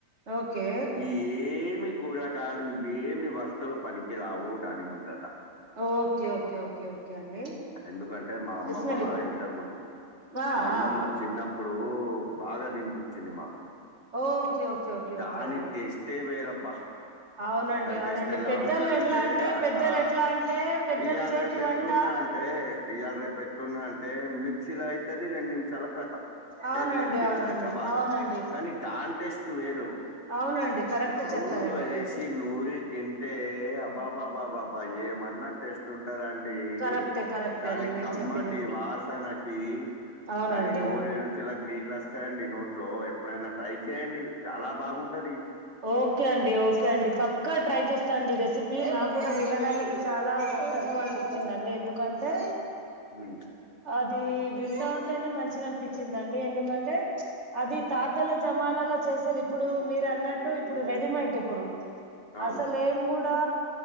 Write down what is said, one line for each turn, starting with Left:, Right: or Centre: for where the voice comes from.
Right: ఓకే
Left: ఈ ఏమి కూరగాయలు ఏమి వస్తువులు పనికిరావు దాని ముందట
Right: ఓకే ఓకే ఓకే ఓకే అండి
Left: ఎందుకంటే మా అమ్మమ్మ
Right: ఇస్మాయిల్ లిఖో
Left: ఇంతకు ముందు
Right: ఆ
Left: మా అమ్మమ్మ
Right: ఆ
Left: చిన్నప్పుడు బాగా తినిపించింది మాకు
Right: ఓకే ఓకే ఓకే
Left: దాని
Right: ఓకే అండి
Left: టేస్ట్ తే వేరప్పా
Right: అవునండి
Left: దాని
Right: అవునండి
Left: తెస్తే ఎలా
Right: పెద్దలు
Left: ఉంటారంటే
Right: ఎట్లా అంటే పెద్దలు
Left: ఆ
Right: ఎట్లా అంటే పెద్దల
Left: ఇయ్యాళ
Right: చేతి
Left: రేపు
Right: వంట
Left: ఎట్లున్నరంటే అంటే ఇవాళ రేపు ఎట్లున్నా అంటే మిక్ మిక్సీలా అయితది రెండు నిమిషాల కతం
Right: అవునండి
Left: ఏస్తారు తింటారు
Right: అవునండి
Left: గబాగబ
Right: అవునండి
Left: కానీ దా వేరు
Right: అవునండి కరెక్ట్
Left: రోల్లో
Right: చెప్పారండి మీరు
Left: ఏసీ నూరి తింటే బాబాబా బాబా ఏమన్నా టెస్ట్ ఉంటాదండి
Right: కరెక్టే కరెక్టే
Left: దాని
Right: అండి మీరు
Left: కమ్మటి
Right: చెప్పింది
Left: వాసనకి
Right: అవునండి
Left: దాని నోరు రుచులకి నీళ్లు వస్తాయండి నోట్లో ఎప్పుడైనా ట్రై చేయండి చాలా బాగుంటది
Right: ఓకే అండి ఓకే అండి పక్కా ట్రై చేస్తాండి రెసిపీ నా కూడా వినడానికి చాలా సంతోషం అనిపించిందండి ఎందుకంటే
Left: హ్మ్.
Right: అది వింటా ఉంటనే మంచిగా అనిపించిందండి ఎందుకంటే అది తాతల
Left: హ్మ్.
Right: జమానాలా చేసేది ఇప్పుడు మీరు అన్నట్టు ఇప్పుడు రెడీమెంట్ ఇప్పుడు
Left: అవును.
Right: అసలే ఏం కూడా